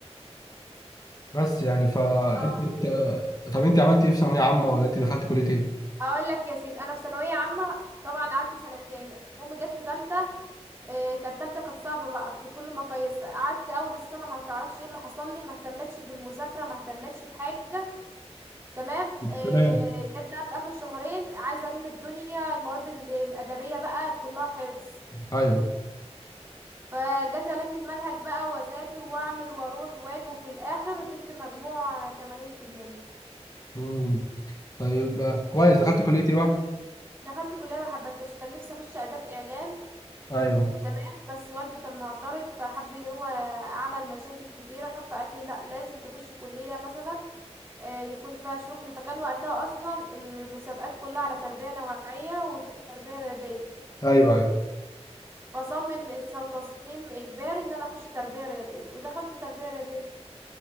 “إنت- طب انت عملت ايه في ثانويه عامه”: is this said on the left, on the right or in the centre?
Left